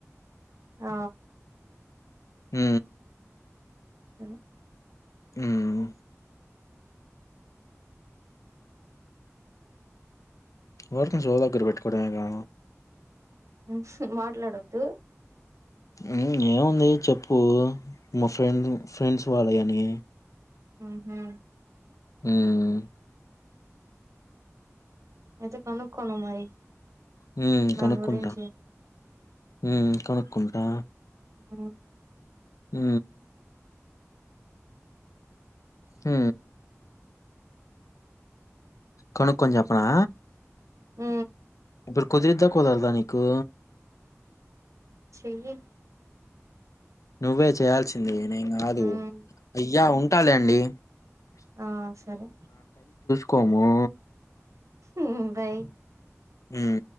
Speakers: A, on the right (about 70°); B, on the left (about 80°).
A: ఆ
B: హ
A: <unintelligible>
B: మ్మ్మ్ ఊరికనే చెవు దగ్గర పెట్టుకోవడమేగా
A: మ్మ్ హ్ మాట్లాడొద్దు
B: మ్మ్ ఏముందీ చెప్పూ మా ఫ్రెండ్ ఫ్రెండ్స్ వాళ్ళయనీ
A: ఊ హూ
B: మ్మ్మ్మ్
A: అయితే కనుక్కో నూ మరి
B: ఉమ్మ్
A: దాని
B: కనుక్కుంటా
A: గురించి
B: ఉమ్మ్ కనుక్కుంటా
A: ఆ
B: ఊ ఊ కొనుక్కొని చప్పునా
A: ఊ
B: ప్పుడు కుదిరిద్దా కుదరదా నీకూ
A: చెయ్యి
B: నువ్వే చేయాల్సింది నేంగాదు
A: హ్మ్
B: అయ్యా ఉంటాలే అండీ
A: ఆ సరే
B: కొమా
A: మ్మ్ ఊఉ బై
B: హ్మ్